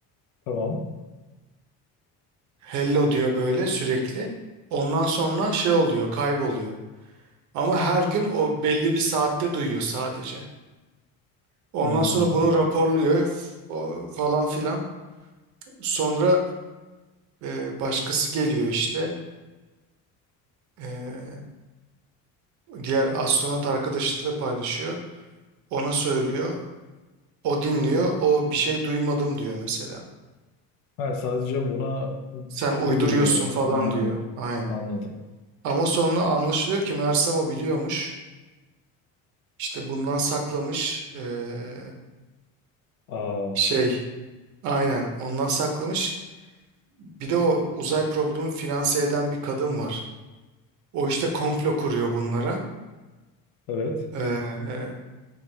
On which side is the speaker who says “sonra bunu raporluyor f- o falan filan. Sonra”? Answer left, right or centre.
Right